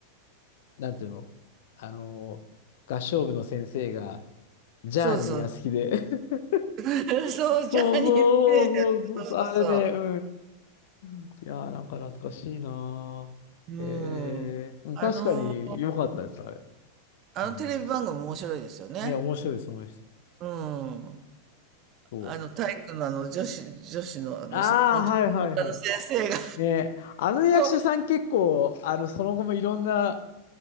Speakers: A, on the left (about 55°); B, on the right (about 35°).
A: なんていうの、あのー合唱部の先生が、ジャーニーが好きで。
B: そうそう。
A: <laughs>
B: <laughs> そう、ジャニーズテレビだそうそうそ
A: そうそうそうそうそう、あれね、うん。いやー、なんか懐かしいなー。
B: う。
A: えー、
B: うん。
A: うん確かに良かったです、
B: あの、
A: あれ。
B: あのテレビ番組面白いですよね。
A: うん、ね、面白いです、面白いです。
B: うん。
A: そう。
B: あの、体育のあの女子、女子のあの、
A: ああ、
B: 女の先生が。
A: はいはいはい。ね、あの役者さん結構、
B: <laughs> そう、
A: あの、その後もいろんな、